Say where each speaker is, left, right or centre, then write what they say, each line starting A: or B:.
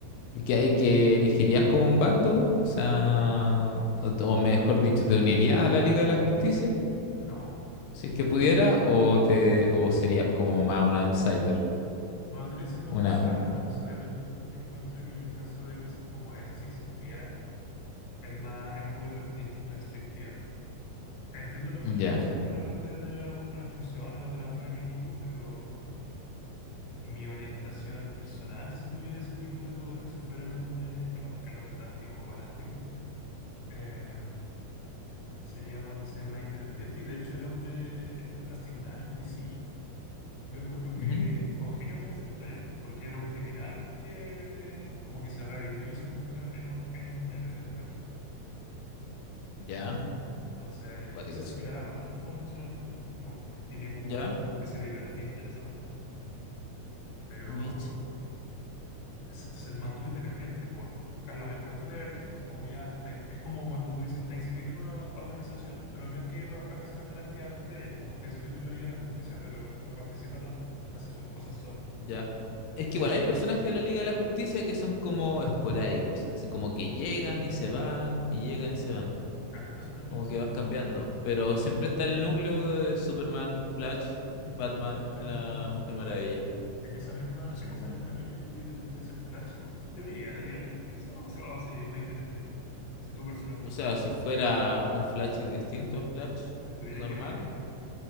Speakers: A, on the left; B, on the left.
A: ¿Y que, y que elegirías como un bando? O sea, o, o mejor dicho, ¿te unirías a la Liga de la Justicia?
B: No,
A: Si es que pudiera, o te, o serías como más un outsider.
B: me gustaría ser más
A: Una,
B: un outside-
A: u-
B: un outsider. Encuentro que en el caso de cosas como esas, si existiera, es más, es muy restrin- restrictiva. Entiendo los
A: ya.
B: beneficios de repente de tener algunas restricciones o trabajar en equipo, pero y mi orientación personal, si tuviera ese tipo de poder o si fuera el hombre, el, hom- el hombre plástico o elástico, eh, sería más de ser más independiente. Y de hecho, el hombre, este el Plastic Man en DC. Yo encuentro que
A: Ujú.
B: congenio con su historia, porque era un criminal que como que se redimió y se convirtió en un, en un héroe después.
A: Ya,
B: Entonces,
A: cuático
B: quizás
A: eso.
B: similar a Batman, como lo mencionas tú, como que tiene como
A: Ya,
B: una especie de biografía interesante, pero
A: Mitch,
B: se, se mantuvo independiente por casi la mayor parte del tiempo. Es como ya está, es como cuando tú dices está inscrito en una organización, pero no es que va- participe tan activamente de ella, como está inscrito en la Liga de la Justicia, pero no participa tanto, hace sus cosas solo.
A: ya. Es que igual
B: No
A: hay
B: sé,
A: personajes de la Liga de la Justicia que son como esporádicos, así como que llegan y se van, y llegan y se van,
B: eso eso también
A: como
B: es
A: que
B: cierto.
A: van cambiando. Pero siempre está el núcleo de Superman, Flash, Batman,
B: Claro,
A: la Mujer Maravilla.
B: en esa misma,
A: que Son
B: en esa
A: como
B: misma línea, ¿tú que te gustaría ser Flash igual? ¿Te unirías a la Liga de la Justicia o, se- o serías más independiente? Si tú personalmente,
A: O sea, si fuera un Flash y distinto al Flash
B: si tuvierais
A: normal,
B: que elegir, po.